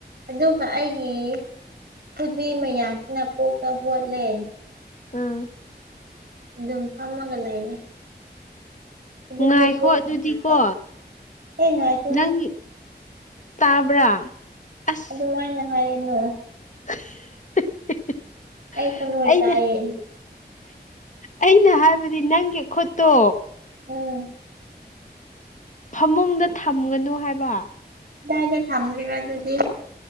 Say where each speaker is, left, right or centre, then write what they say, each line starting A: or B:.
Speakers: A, on the right; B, on the left.
A: ꯑꯗꯨꯒ ꯑꯩꯒꯤ ꯈꯨꯗꯤ ꯃꯌꯥꯝꯁꯤꯅ ꯄꯣꯛꯅ ꯍꯣꯠꯂꯦ
B: ꯎꯝ
A: ꯑꯗꯨꯝ ꯐꯝꯃꯒ ꯂꯩꯔꯦ ꯑꯗꯨꯁꯨ
B: ꯉꯥꯏꯈꯣ
A: ꯊꯣꯛꯄ
B: ꯑꯗꯨꯗꯤꯀꯣ
A: ꯉꯥꯛꯇ ꯍꯦ ꯉꯥꯏꯈꯣꯍꯦ
B: ꯅꯪ ꯇꯕ꯭ꯔꯥ ꯑꯁ
A: ꯑꯗꯨꯃꯥꯏꯅ ꯍꯥꯏꯌꯦꯅꯥ
B: <inaudible>
A: ꯑꯩ ꯊꯥꯃꯣꯏ
B: ꯑꯩꯅ
A: ꯀꯥꯏꯌꯦ
B: ꯑꯩꯅ ꯍꯥꯏꯕꯗꯤ ꯅꯪꯒꯤ ꯈꯨꯠꯇꯣ
A: ꯎꯝ
B: ꯐꯃꯨꯡꯗ ꯊꯝꯒꯅꯨ ꯍꯥꯏꯕ
A: ꯀꯗꯥꯏꯗ ꯊꯥꯝꯒꯔ꯭ꯤꯔ ꯑꯗꯨꯗꯤ